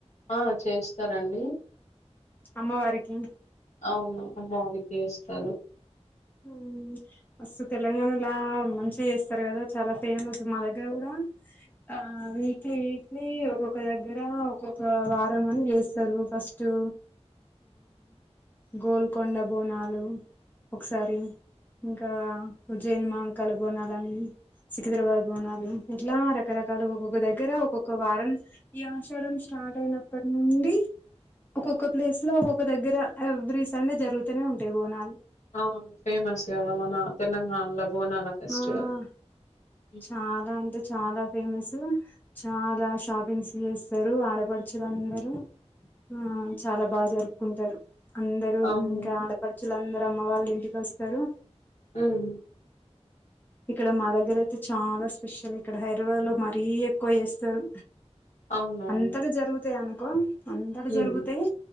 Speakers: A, on the left; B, on the left.
A: ఆ చేస్తారండి
B: అమ్మవారికి
A: అవును అమ్మవారికే చేస్తారు
B: ఉ అస్ తెలంగాణలా మంచిగా చేస్తారు కదా చాలా ఫేమస్ మా దగ్గర కూడా ఆ వీక్లీ వీక్లీ ఒక్కొక్క దగ్గర ఒక్కొక్క వారం అని చేస్తారు ఫస్ట్ టు గోల్కొండ బోనాలు ఒకసారి ఇంకా ఉజ్జయిని మహంకాళి బోనాలని సికింద్రాబాద్ బోనాలు ఇట్లా రకరకాలు ఒక్కొక్క దగ్గర ఒక్కొక్క వారం ఈ ఆషాడం స్టార్ట్ అయినప్పటి నుండి ఒక్కొక్క ప్లేస్లో ఒక్కొక్క దగ్గర ఎవ్రీ సండే జరుగుతనే ఉంటయి బోనాలు
A: అవును ఫేమస్ కదా మన తెలంగాణలో బోనాలా ఫెస్టివల్
B: ఆ
A: హ్మ్.
B: చాలా అంటే చాలా ఫేమస్ చాలా షాపింగ్స్ చేస్తరు ఆడపడుచులు అందరూ ఆ చాలా బాగ జరుపుకుంటారు అందరూ
A: అవును.
B: ఇంకా ఆడపడుచులు అందరు అమ్మ వాళ్ళు ఇంటికొస్తరు
A: ఉం
B: ఇక్కడ మా దగ్గర అయితే చాలా స్పెషల్ ఇక్కడ హైదరాబాద్లో మరీ ఎక్కువ చేస్తరు
A: అవునవును.
B: అంతట జరుగుతయి అనుకో అంతట
A: హ్మ్.
B: జరుగుతయి